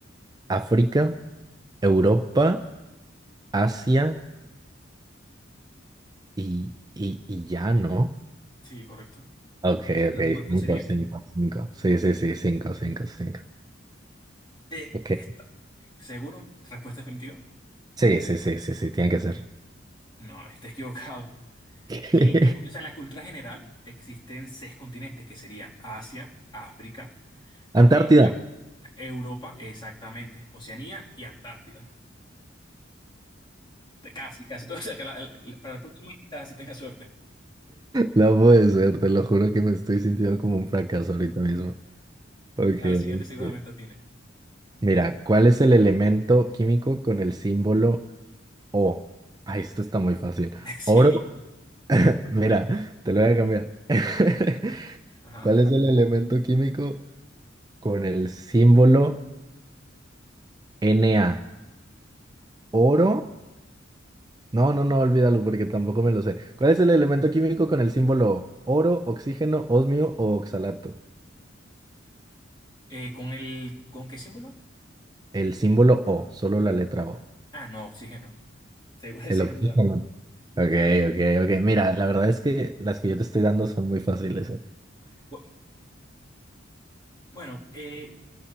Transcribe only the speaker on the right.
África, Europa, Asia. Y, y, y ya, ¿no?
Ok,
ok,
cinco,
cinco, cinco. Sí, sí, sí, cinco, cinco, cinco.
Ok.
Sí, sí, sí, sí, sí, tiene que ser.
<laughs>
Antártida.
No puede ser, te lo juro que me estoy sintiendo como un fracaso ahorita mismo. Ok.
ok.
Mira, ¿cuál es el elemento químico con el símbolo O? Ay, esto está muy fácil.
Oro. Mira, te lo voy a cambiar. <laughs>
¿Cuál es el elemento químico con el símbolo Na? Oro. No, no, no, olvídalo porque tampoco me lo sé. ¿Cuál es el elemento químico con el símbolo oro, oxígeno, osmio o oxalato?
El símbolo O, solo la letra O.
El
oxígeno.
Ok, ok, ok. Mira, la verdad es que las que yo te estoy dando son muy fáciles. ¿eh?